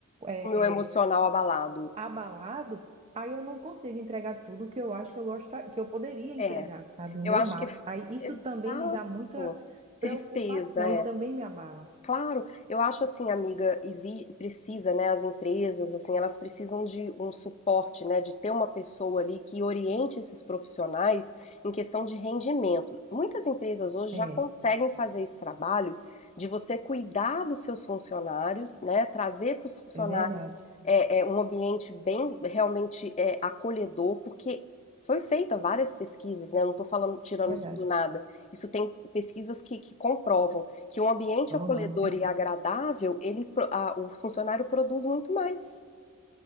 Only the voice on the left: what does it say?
O meu emocional
abalado.
É,
eu
acho
que
exato.
Tristeza, é.
Claro, eu acho assim, amiga, exi- precisa, né, as empresas, assim, elas precisam de um suporte, né, de ter uma pessoa ali que oriente esses profissionais em questão de rendimento. Muitas empresas hoje
já conseguem fazer esse trabalho de você cuidar dos seus funcionários, né, trazer para os funcionários
é, é, um ambiente bem realmente é, acolhedor, porque foi feita várias pesquisas, né, não estou falando tirando
isso do nada. Isso tem pesquisas que, que comprovam que um ambiente
acolhedor
e agradável, ele, pro- a- o funcionário produz muito mais.